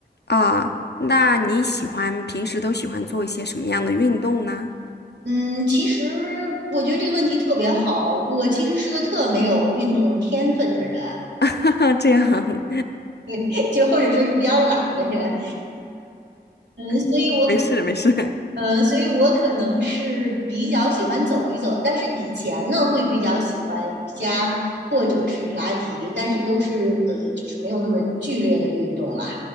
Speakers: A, on the left; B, on the right.
A: 啊，那你喜欢平时都喜欢做一些什么样的运动呢？
B: 嗯，其实我觉得这个问题特别好。我其实是个特没有运动天分的人，
A: <laughs> 这样，
B: <laughs> 就或者说是比较懒的人。嗯，所以我可，
A: <laughs> 没事没事。
B: 嗯，所以我可能是比较喜欢走一走，但是以前呢会比较喜欢瑜伽或者是普拉提，但是都是呃，就是没有那么剧烈的运动啦。